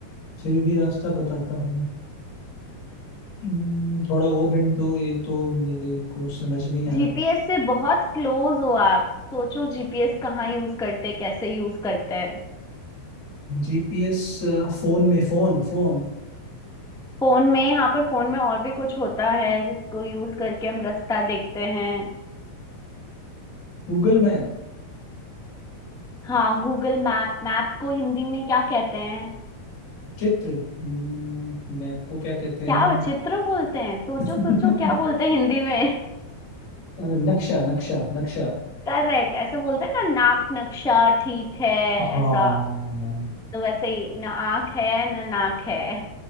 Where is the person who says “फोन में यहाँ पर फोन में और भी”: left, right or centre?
Centre